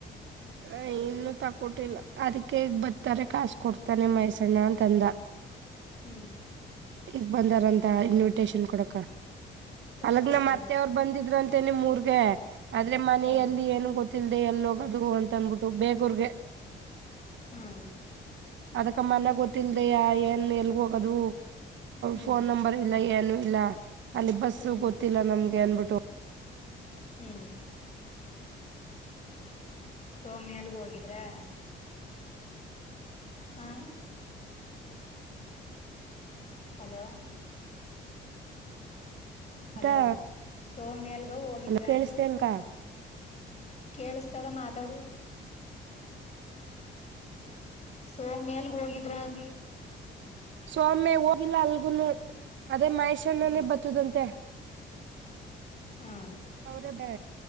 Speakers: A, on the right; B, on the left.
A: ಹ ಇನ್ನು ತಕೊಟ್ಟಿಲ್ಲ ಅದಕ್ಕೆ ಈಗ ಬರ್ತಾರೆ ಕಾಸ ಕೊಡ್ತ ಮಹೇಶಣ್ಣ ಅಂತಂದ
B: ಹ್ಮ್
A: ಈಗ ಬಂದಾರಂತ ಇನ್ವಿಟೇಶನ್ ಕೊಡಕ
B: ಹೊಸ್ಕೋಟ್ಗೆ
A: ಅಲಗ್ ನಮ ಮತ್ತೆ ಅವರು ಬಂದಿದ್ರ ಅಂತ ನಿಮ್ ಊರ್ ಆದ್ರೆ ಮನೆಯಲ್ಲಿ
B: ಯಾವ
A: ಏನು ಗೊತ್ತಿಲ್ಲದೆ ಎಲ್ಲೂಗೋದು ಅಂತ ತಂದ್ಬಿಟ್ಟು ಬೇಕೂರ್ಗೆ
B: ಹ್ಮ್
A: ಅದ ಅ ಮನ ಗೊತ್ತಿಲ್ದಯ ಏನ್ ಎಲ್ಗ ಹೋಗೋದು
B: ಹ್ಮ್
A: ಫೋನ್ ನಂಬರ್ ಇಲ್ಲ ಏನ್ ಇಲ್ಲ ಅಲ್ಲಿ ಬಸ್ಸು
B: ಹ್ಮ್
A: ಗೊತ್ತಿಲ್ಲ ನಮ್ಗೆ ಅನ್ಬಿಟ್ಟು
B: ಹ್ಮ್ ಸೌಮ್ಯ ಅಲ್ಲಿಗೆ ಹೋಗಿದ್ರಾ ಆ ಹಲೋ
A: ಆಯ್ತಾ
B: ಅಲೋ ಸೋಮ್ಯಲ್ಗ ಹೋಗಿದ್ರ
A: ಅಲ್ಲ ಕೇಳಿಸ್ತಾ
B: ಅಂದಿ
A: ಇಲ್ವಾ
B: ಕೇಳಿಸತದ ಮಾತಾಡು ಸೋಮ್ಯಲ್ಗ ಹೋಗಿದ್ರ ಅಂದಿ
A: ಸೌಮ್ಯ ಹೋಗಿಲ್ಲ ಅಲ್ಗುನು ಅದೇ ಮಾಹಶ್ಣನೆೇ
B: ಹ್ಮ್
A: ಬತದಂತೆ
B: ಹ್ಮ್
A: ಅವ್ರೇ ಬೇ